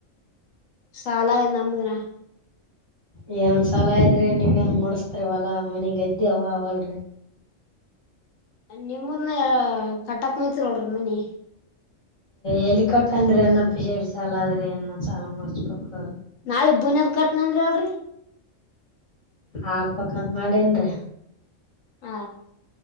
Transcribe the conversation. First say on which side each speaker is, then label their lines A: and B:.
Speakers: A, on the left; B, on the left.
A: ಸಾಲ ಎಂಬದಿನ
B: ಹೆಂಗ್ ಸಲ ಇದ್ರಿ ನೀವ್ ಹೆಂಗ್ ಮೂಡಸ್ತರಿವಲ್ಲಾ ಮನಗ್ದ್ದಿವ ಅವಲ್ರಿ
A: ನಿಮದನ ಕಟ್ಟಾಕ್ ಮು್ತಿರಲ್ರಿೀ ಮನಿ
B: ಎಲ್ಲಿ ಕೊಟ್ಟ ಅಂದ್ರೆ ಎನ್ನಪ್ಪ ಶೇಡ್ ಸಾಲ ಆದ್ರೆ ಇನ್ನ ಸಾಲ ಮುಚ್ಬೇಕಕ್
A: ನಾಳೆಗ್ ಬುನದ್ ಕಟ್ನಂದ್ರಿ ಅಳರಿ
B: ಆ ಪಕ್ಕತ್ ಮಾಡೇನ್ರರಿ
A: ಹಾ